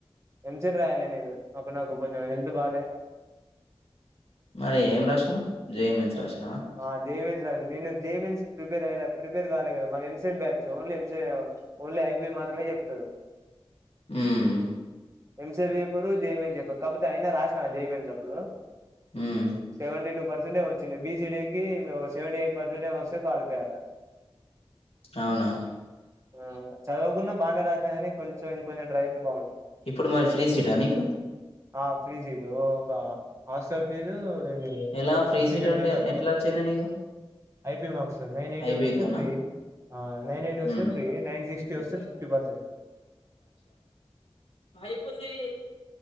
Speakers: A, on the right (about 30°); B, on the left (about 80°).
A: ఎంసట్ రాయలే నేను అప్పుడు నాకు కొంచెం హెల్త్ బాలే
B: మరి ఏం రాసినవ్ జే ఈ మెయిన్స్ రాసిన
A: ఆ జేమెన్స్ నేను జేమెన్స్ ప్రిపేర్ అయ్య ప్రిపేర్ కాలే కదా మా ఎంసేడ్ బ్యాచ్ ఓన్లీ ఎంస ఓన్లీ ఐపి మాత్రమే చెప్
B: ఉమ్
A: <unintelligible> చెప్పరు జే ఈ మెయిన్స్ చెప్పారు కాపోతే అయినా రాసిన అ జే ఈ మెయిన్స్ అప్పుడు
B: ఉమ్
A: సెవెంటీ టూ పర్సెంటేమో వచ్చింది బిసిడి కి సెవెంటీ ఎయిట్ పర్సెంట్ ఏమో వస్తే క్వాలిఫై అట
B: అవునా
A: ఆ చదవకున్నా బాగనే రాసిన కాని కొంచెం ఇంకొంచెం డట్రై చేస్తే బాగుండదు
B: ఇప్పుడు మరి ఫ్రీ సీటా నీకు
A: ఆ ఫ్రీ సీటు ఒక హాస్టల్ ఫీజు ఇది
B: ఎలా ఫ్రీ
A: అడ్మిషన్
B: సీట్ అంటే
A: ఫీజు కట్టుకోవాలి
B: ఎట్లా వచ్చింది నీకు
A: IP marks nine eighty
B: IB
A: వస్తే
B: తోనా
A: ఫ్రీ నైన్ ఎయిటి వస్తే
B: ఉమ్
A: ఫ్రీ నైన్ సిక్స్టీ వస్తే ఫిఫ్టీ పర్సెంట్
B: అయిపోతయి